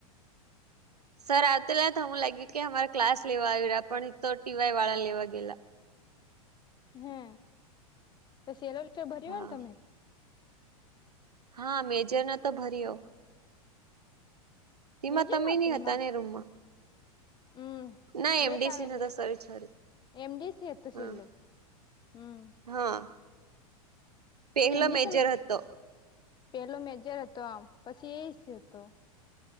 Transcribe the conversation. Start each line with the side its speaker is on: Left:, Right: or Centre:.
Right: સર આવતીલા હમું લાગ્યું કે અમારે ક્લાસ લેવા આવી રહ્યા પણ તો ટીવાય વાળા લેવા ગેલા.
Left: હે તો સેલોચ ભર્યું
Right: હા
Left: ને તમે
Right: હા મેજેને તો ભરીયો. એમાં
Left: મેજર
Right: તમે
Left: નતો
Right: નહીં
Left: તમારે
Right: હતા ને રૂમમાં.
Left: હમ
Right: ના
Left: લેટ
Right: એમડીસીને
Left: આવે લેટ
Right: તો સરેજ કરી,
Left: એમડીસી હતો
Right: હા.
Left: છેલ્લો હમ
Right: હા. પહેલો
Left: એમની
Right: મેજર
Left: છે,
Right: હતો
Left: પેલો મેજર હતો આમ, પછી એસ રહ્યું તો.